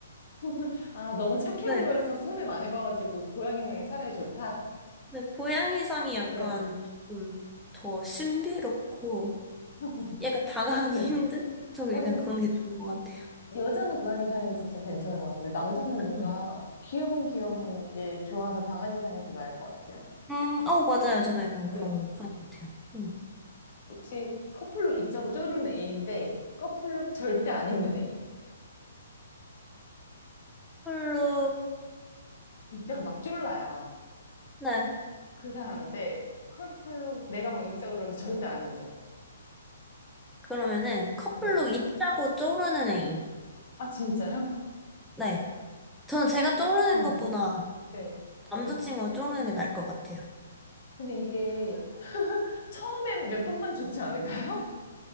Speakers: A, on the left (about 55°); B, in the centre.
A: <laughs> 아, 너무 착해
B: 네.
A: 보여서 손해 많이 봐가지고 고양이상이 차라리 좋다.
B: 근데 고양이상이 약간
A: 네.
B: 조금 더 신비롭고
A: <laughs>
B: 약간 다가가기
A: 네.
B: 힘든? 저
A: 어,
B: 약간
A: 근데
B: 그런 게 좋은 것 같아요.
A: 여자는 고양이상이 진짜 괜찮은 것 같은데 남자는 뭔가
B: 음,
A: 귀염귀염한 게 좋아서 강아지상이 더 나을 것 같아요.
B: 음, 어, 맞아요. 저도 약간
A: 네
B: 그런, 그런 것 같아요. 음.
A: 혹시 커플룩 입자가 쪼르는 애인데 커플룩 절대 안 입는 애인.
B: 커플룩,
A: 입자가 막 쫄라요.
B: 네.
A: 그 사람인데 커플룩 내가 막 입자 그러는데 절대 안 입어.
B: 그러면은 커플룩
A: 네.
B: 입자고 쪼르는 애인.
A: 아 진짜요?
B: 네. 저는 제가 쪼르는
A: 응.
B: 것보다
A: 네.
B: 남자친구가
A: 입
B: 쪼르는 게 나을 것 같아요.
A: 근데 이게 <laughs> 처음에 몇 번만 좋지 않을까요? <laughs>